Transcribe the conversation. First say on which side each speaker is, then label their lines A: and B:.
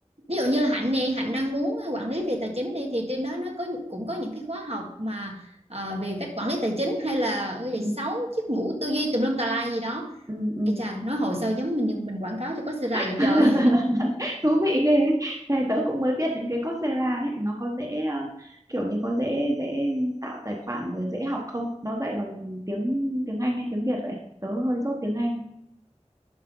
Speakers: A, on the right; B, on the right.
A: ví dụ như là Hạnh nè Hạnh đang muốn quản lý về tài chính đi thì trên đó nó có những- cũng có những cái khóa học mà ờ, về cách quản lý tài chính hay là cái
B: ừ.
A: gì sáu chiếc mũ tư duy tùm lum tà lai gì đó
B: Ừm, ừm.
A: Ê chà nói hồi sao giống mình như mình quảng cáo cho Coursera
B: <laughs>
A: vậy trời
B: Thú vị ghê ấy. Này tớ cũng mới biết đến cái Coursera đấy, nó có dễ ờ, kiểu như có dễ dễ tạo tài khoản rồi dễ học không? Nó dạy bằng tiếng tiếng Anh hay tiếng Việt vậy? Tớ hơi dốt tiếng Anh.